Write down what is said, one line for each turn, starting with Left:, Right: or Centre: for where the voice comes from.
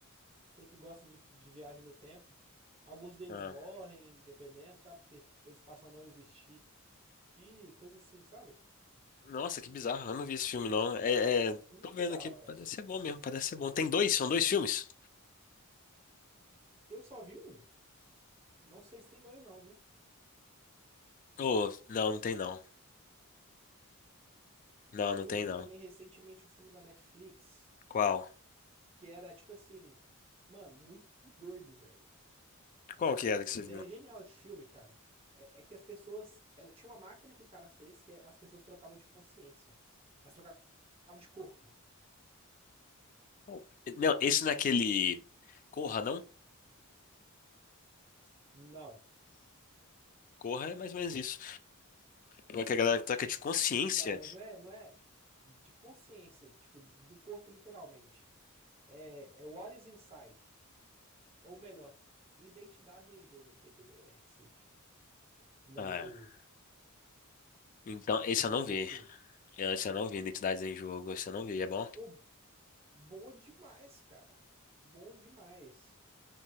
Right: Você que gosta de, de viagem no tempo, alguns deles
Left: ah.
Right: morrem, dependendo, sabe? Porque eles passam a não existir, e coisas assim, sabe?
Left: Nossa, que bizarro. Eu não vi esse filme não. É, é,
Right: Muito
Left: tô vendo
Right: da
Left: aqui,
Right: hora,
Left: parece
Right: pô.
Left: ser bom mesmo, parece ser bom. Tem dois? São dois filmes?
Right: Eu só vi um. Não sei se tem dois, não, viu?
Left: Oh, não, não tem não. Não, não
Right: Eu
Left: tem
Right: vi
Left: não.
Right: também recentemente um filme da Netflix,
Left: Qual?
Right: que era tipo assim, mano, muito doido, velho.
Left: Qual que era que
Right: A
Left: você
Right: ideia
Left: viu?
Right: é genial de filme, cara. É, é que as pessoas. Ela, tinha uma máquina que o cara fez que é, as pessoas trocavam de consciência. Elas trocavam de corpo.
Left: Qual? Não, esse naquele Corra, não?
Right: Não.
Left: Corra é mais ou menos isso. Como é que a galera toca de consciência?
Right: Não, mas não é, não é de consciência, tipo, do corpo literalmente. É, é What is Inside, ou melhor, Identidades em Jogo em PTBR, assim, o nome
Left: Ah,
Right: do,
Left: então, esse
Right: o nome
Left: eu não
Right: do
Left: vi.
Right: filme.
Left: Eu, esse eu não vi Identidades em Jogo, esse eu não vi, é bom?
Right: Pô, bom demais, cara. Bom demais.